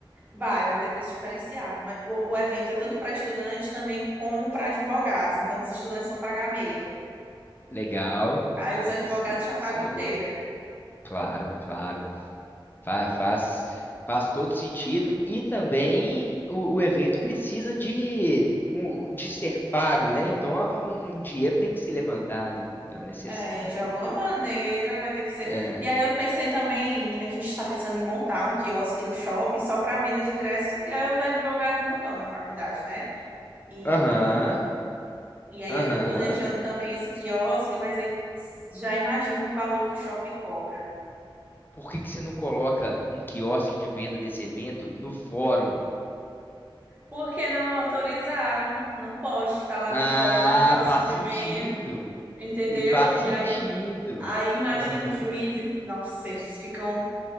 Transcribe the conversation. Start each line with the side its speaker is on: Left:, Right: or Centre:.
Right: Vai, vai ter preço diferenciado. Mas o, o evento é tanto para estudantes também como para advogados. Então, os estudantes vão pagar meia.
Left: Legal.
Right: Aí
Left: Isso,
Right: os advogados já pagam
Left: isso é uma
Right: inteira.
Left: boa. Claro, claro. Fa- Faz, faz, todo sentido. E também o, o evento precisa de, um- de ser pago, né? Então ah, um, um dinheiro tem que ser levantado. Então é necessário,
Right: É, de alguma
Left: né?
Right: maneira vai ter que ser.
Left: É.
Right: E aí eu pensei também, em- a gente está pensando em montar um quiosque no shopping só para venda de ingressos, porque aí os advogados não estão na faculdade, né? E,
Left: Aham,
Right: e aí
Left: aham.
Right: eu estou planejando também esse quiosque, mas aí já imagino o valor que o shopping cobra.
Left: Por que que você não coloca um quiosque de venda desse evento no fórum?
Right: Porque não autorizaram, não pode estar lá
Left: Ah,
Right: no fórum com quiosque
Left: faz
Right: de
Left: sentido.
Right: venda, entendeu?
Left: E faz sentido.
Right: E aí, aí imagina
Left: Aham.
Right: os juízes, nossa, eles ficam